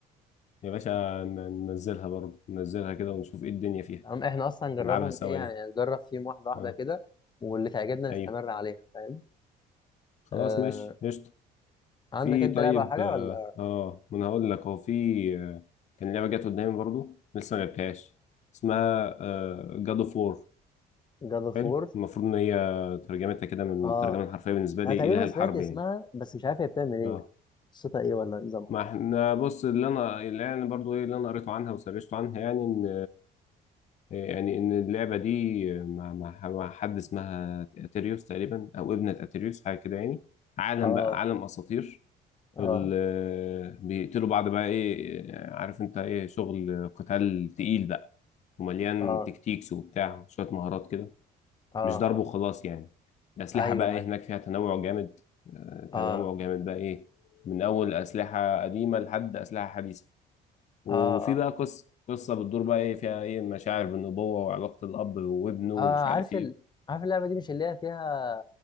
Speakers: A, on the left; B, on the left.
A: يا باشا ن- ننزلها برضه ننزلها كده ونشوف ايه الدنيا فيها
B: فاحنا اصلا نجربهم
A: نلعبها سوا
B: ايه يعني
A: يعني
B: نجرب فيهم واحده واحده
A: اه
B: كده واللي تعجبنا نستمر
A: ايوه
B: عليها فاهم
A: خلاص
B: آه
A: ماشي قشطه
B: عندك
A: في
B: انت
A: طيب
B: لعبه او حاجه
A: اه
B: ولا
A: آه، ما انا هقول لك هو في آه، كان لعبه جت قدامي برضو لسه ما لعبتهاش اسمها جاد اوف وور
B: جاد اوف
A: حلو
B: وور
A: المفروض ان هي ترجمتها كده من
B: اه
A: الترجمه الحرفيه بالنسبه لي
B: انا تقريبا
A: اله الحرب
B: سمعت اسمها
A: يعني
B: بس مش عارف هي بتعمل ايه
A: اه
B: قصتها ايه ولا نظامها
A: ما احنا بص اللي انا اللي يعني برضو ايه اللي انا قريته عنها وسرشته عنها يعني ان آه، يعني ان اللعبه دي آه، مع مع مع حد اسمها اتريوس تقريبا او ابنه اتريوس حاجه كده يعني عالم
B: اه
A: بقى عالم اساطير
B: اه
A: ال- بيقتلوا بعض بقى ايه عارف انت ايه شغل قتال تقيل بقى ومليان
B: اه
A: تكتيكس وبتاع شوية مهارات كده
B: اه اه
A: مش ضرب وخلاص يعني الأسلحة
B: ايوه
A: بقى ايه
B: ايوه
A: هناك فيها تنوع جامد آه،
B: اه
A: تنوع جامد بقى ايه من أول أسلحة قديمة لحد أسلحة حديثة وفي
B: اه اه,
A: بقى قصة قصة بتدور بقى ايه فيها ايه مشاعر بالنبوة وعلاقة الأب وابنه ومش
B: آه عارف
A: عارف ايه
B: ال... عارف اللعبه دي مش اللي هي فيها